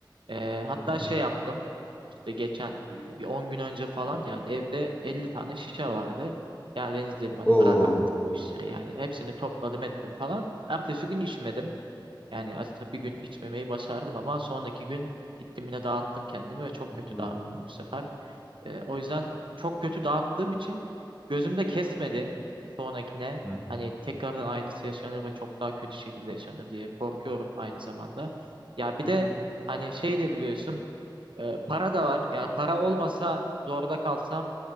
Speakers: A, on the right (about 75°); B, on the left (about 20°).
A: E, hatta
B: Hı hı.
A: şey yaptım işte geçen e, bir 10 gün önce falan yani evde 50 tane şişe vardı. Ya Deniz dedim hani
B: Oo.
A: bırak artık bu işleri yani hepsini topladım ettim falan. Ertesi gün içmedim. Yani aslında bir gün içmemeyi başardım ama sonraki gün gittim yine dağıttım kendimi ve çok kötü
B: Hı.
A: dağıttım bu sefer. Ee, o yüzden çok kötü dağıttığım için gözümde kesmedi sonrakine.
B: Hı
A: Hani tekrardan aynısı yaşanır ve çok daha kötü şekilde yaşanır diye korkuyorum aynı zamanda. Ya bir
B: Evet.
A: de
B: hı. hı.
A: hani şey de biliyorsun e, para da var. Yani para olmasa zorda kalsam